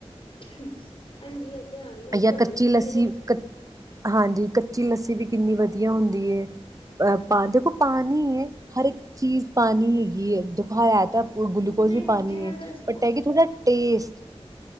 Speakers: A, on the left; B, on the right.
A: ਹਾਂਜੀ ਇਹ ਤਾਂ ਹੈਂ
B: ਜਾਂ ਕੱਚੀ ਲੱਸੀ
A: <unintelligible>
B: ਕ ਹਾਂਜੀ, ਕੱਚੀ ਲੱਸੀ ਵੀ ਕਿੰਨੀ ਵਧੀਆ ਹੁੰਦੀ ਏ। ਅ ਪਾ ਦੇਖੋ ਪਾਣੀ ਏਂ, ਹਰ ਇੱਕ ਚੀਜ਼ ਪਾਣੀ ਹੈਗੀ ਦੇਖੋ ਹੈ ਤਾਂ ਗਲੂਕੋਜ
A: ਨਹੀਂ
B: ਵੀ ਪਾਣੀ
A: ਜਿਵੇਂ
B: ਏ
A: ਅਗਰ ਅਸੀਂ
B: ਬਟ ਐ ਕਿ ਥੋੜਾਂ ਟੇਸ